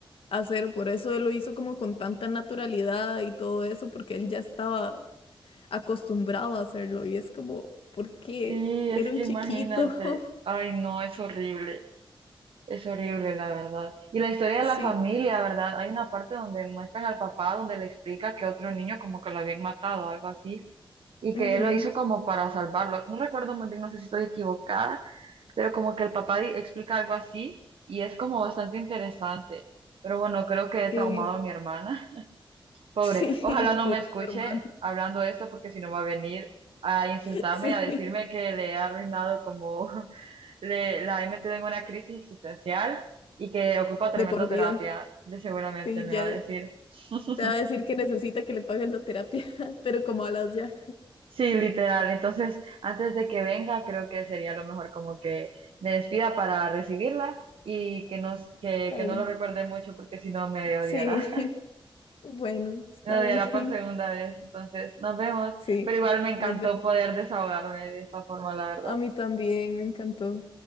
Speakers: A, on the left; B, on the right.
A: a hacer. Por eso él lo hizo como con tanta naturalidad y todo eso, porque él ya estaba acostumbrado a hacerlo. Y es como, ¿por qué?
B: Sí, es
A: Era
B: que
A: un chiquito.
B: imagínate,
A: <laughs>
B: ay no, es horrible, es horrible la verdad. Y la historia de
A: Sí.
B: la familia, ¿verdad? Hay una parte donde muestran al papá, donde le explica que otro niño como que lo habían matado, algo así, y
A: ujú,
B: que él lo hizo como para salvarlo. No recuerdo muy bien, no sé si estoy equivocada pero como que el papá di- explica algo así y es como bastante interesante. Pero bueno, creo que he
A: Sí,
B: traumado a mi hermana. <laughs>
A: <laughs>
B: Pobre,
A: Sí,
B: ojalá no
A: pobre
B: me escuche
A: tu hermana.
B: hablando esto porque si no va a venir a insultarme
A: <laughs> Sí,
B: y a decirme que le he arruinado como <laughs> le, la he metido en una crisis existencial y que ocupa tremenda
A: de por vida.
B: terapia, de seguramente
A: Sí,
B: me
A: ya
B: va a decir. <laughs>
A: te va a decir que necesita que le pagues la terapia, <laughs> pero como a las ya.
B: Sí, literal. Entonces, antes de que venga, creo que sería lo mejor como que me despida para recibirla y que no, que,
A: Ay,
B: que no lo recuerde mucho porque si no me odiará.
A: sí,
B: <laughs>
A: <laughs> bueno, está
B: Me odiará
A: bien.
B: por segunda
A: <laughs>
B: vez. Entonces, nos vemos.
A: Sí,
B: Pero igual me encantó
A: nos vemos.
B: poder desahogarme de esta forma, la verdad.
A: A mí también, me encantó.